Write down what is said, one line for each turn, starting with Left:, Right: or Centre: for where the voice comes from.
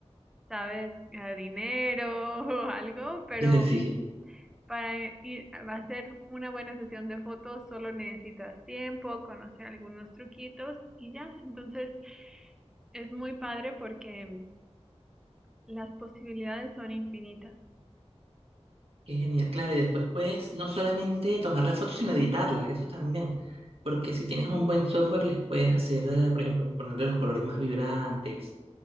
Centre: ¿sabes? Eh, Dinero <laughs> o algo, pero
Right: <laughs> Sí,
Centre: Para ir a hacer una buena sesión de fotos solo necesitas tiempo, conocer algunos truquitos y ya. Entonces es muy padre porque las posibilidades son infinitas.
Right: qué genial. Claro, y después puedes no solamente tomar las fotos, sino editarlas, eso también. Porque si tienes un buen software, les puedes hacer, eh, por ejemplo, ponerle los colores más vibrantes,